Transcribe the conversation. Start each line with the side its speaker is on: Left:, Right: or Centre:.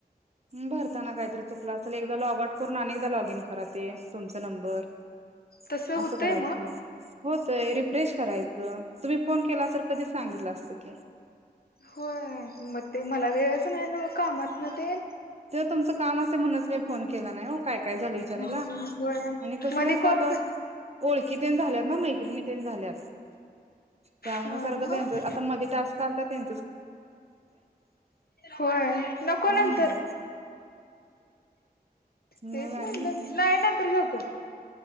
Right: भरताना काहीतरी चुकलं असल एकदा लॉगट करून अनेकदा लॉग इन कराात तुमचा नंबर
Left: तसं होतंय
Right: असं करायचं मग होतय रिफ्रेश करायचं. तुम्ही फोन केला सर कधी सांगितलं असतं. की
Left: होय मग ते मला वेळचं नाही ना कामात न ते
Right: तुमच काम असेल म्हणून मी फोन केला नाही काय काय झालं विचारायला.
Left: होय
Right: कस
Left: मधी
Right: काय
Left: कॉल
Right: आता
Left: कर
Right: ओ <inaudible> की झाल्यात ना मैत्रिणी झाल्यात त्यामुळे
Left: हा
Right: सारखं
Left: मग
Right: त्यांच आता मध्ये टास्क आलता त्यांच
Left: होय नको
Right: हम्म
Left: नंतर तेच
Right: मग
Left: म्हणलं
Right: आणि
Left: नाही नंतर जेवतो.